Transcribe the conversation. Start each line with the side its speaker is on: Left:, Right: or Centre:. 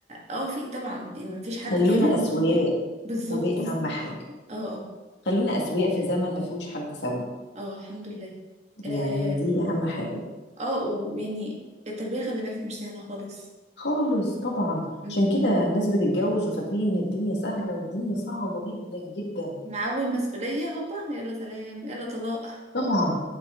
Right: اه في طبعا يعني مفيش حد
Left: خلونا
Right: كامل
Left: أسوياء
Right: بالظبط
Left: ودي أهم حاجة
Right: اه اه
Left: خلونا أسوياء في زمن ما فيهوش حد سوي
Right: اه الحمد لله
Left: يعني
Right: آم،
Left: دي أهم حاجة
Right: اه ويعني التربية خلي بالك مش سهلة خالص
Left: خالص طبعا
Right: امم
Left: عشان كده الناس بتتجوز وفاكرين ان الدنيا سهلة والدنيا صعبة جدا جدا
Right: مع أول مسؤولية هوبا يلا سلام يلا طلاق
Left: طبعا